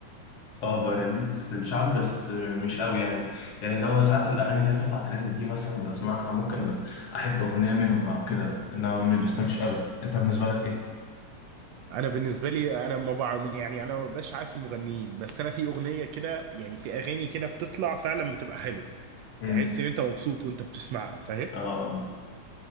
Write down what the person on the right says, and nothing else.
انا بالنسبه لي انا ما بعرف يعني انا ما بقاش عارف المغنيين بس انا في اغنيه كده يعني في اغاني كده بتطلع فعلا بتبقى حلوه
تحس ان انت مبسوط وانت بتسمعها فاهم